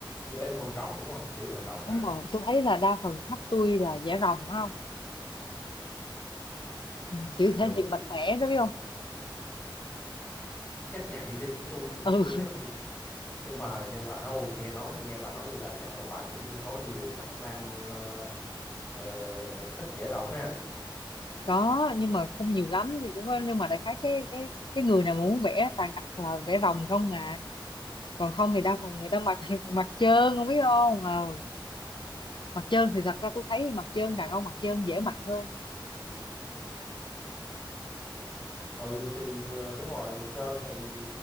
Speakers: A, on the left (about 25°); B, on the left (about 65°).
A: chỉ vẽ được con rồng đúng không chỉ là rồng
B: đúng
A: ha
B: rồi tôi thấy là đa phần khách tôi là vẽ rồng phải không Ừ, kiểu
A: dữ
B: thể hiện mạnh mẽ đó biết không
A: chắc vậy đi tôi
B: ừ
A: chưa ấy tôi nhưng mà nhưng mà Ờ, ô nghe nói nghe bà nói vậy là chắc là bà cũng có nhiều khách nam ờ, ờ, thích dễ rồng ha
B: có nhưng mà không nhiều lắm thì cũng có nhưng mà đại khái cái cái cái người nào mà muốn vẽ toàn đặt là vẽ rồng không à còn không thì đa phần người ta mặc <laughs> mặc trơn không biết không ờ mặc trơn thì thật ra tôi thấy mặc trơn đàn ông mặc trơn dễ mặc hơn
A: ừ thì ờ, đúng rồi trơn thì